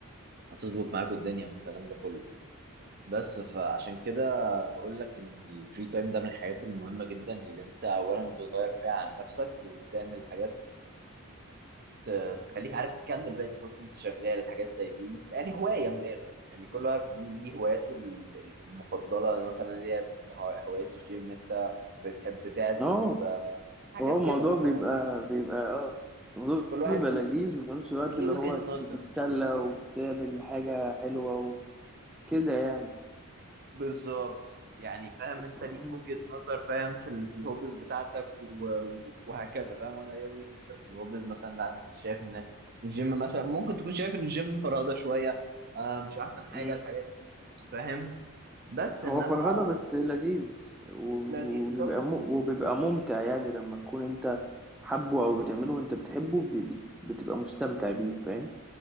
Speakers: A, on the right (about 45°); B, in the centre.
A: هتظبط معاك الدنيا والكلام ده كله بس فعشان كده بقول لك ان الفري تايم ده من الحاجات المهمه جدا اللي انت اولا بتغير فيها عن نفسك وبتعمل حاجات ت- تخليك عارف تكمل بقى اذا كنت انت شغال حاجات زي دي يعني هوايه من الاخر يعني كل واحد ليه ليه هواياته ال- ال- المفضله انا مثلا ليا مه- هوايه الجيم انت بتحب تعزف
B: اه
A: آه، حاجات
B: هو الموضوع
A: كده فاهم
B: بيبقى بيبقى اه الموضوع
A: كل واحد
B: بيبقى لذيذ
A: ليه
B: وفي نفس الوقت
A: ليه
B: اللي
A: وجهه
B: هو
A: نظر
B: بتتسلى وبتعمل حاجة حلوة وكده يعني
A: بالظبط يعني فاهم انت
B: مم.
A: ليك وجهه نظر فاهم في ال- في الهوبز بتاعتك و- و- وهكذا فاهم وانا ليا وجهه نظر في الهوبز مثلا لا انت شايف ان الجيم مثلا ممكن تكون شايف ان الجيم فرهده شويه آه، مش احسن حاجه
B: مم.
A: الحاجات دي فاهم بس انما
B: هو فرهدة بس لذيذ و-
A: لذيذ
B: وبيبقى
A: طبعا
B: م... وبيبقى ممتع يعني لما تكون انت حبه او بتعمله وانت بتحبه بي- بي- بتبقى مستمتع بيه فاهم